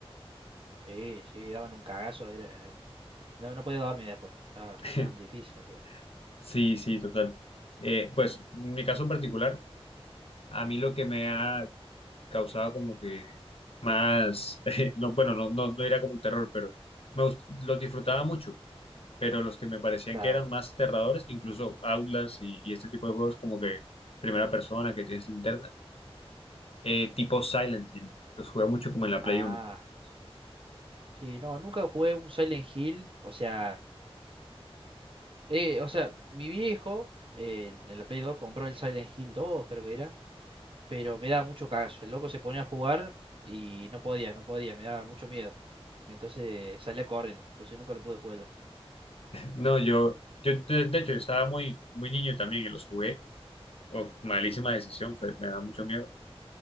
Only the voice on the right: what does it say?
sí, sí, daban un cagazo, era, no, no podía dormir después, estaba,
estaban difíciles, encima.
Claro.
Ah,
sí. Sí, no, nunca jugué un Silent Hill. O sea, eh, o sea, mi viejo, eh, en la Play 2, compró el Silent Hill 2, creo que era. Pero me daba mucho cagazo. El loco se ponía a jugar y no podía, no podía, me daba mucho miedo. Entonces salía corriendo. Entonces nunca lo pude jugar yo.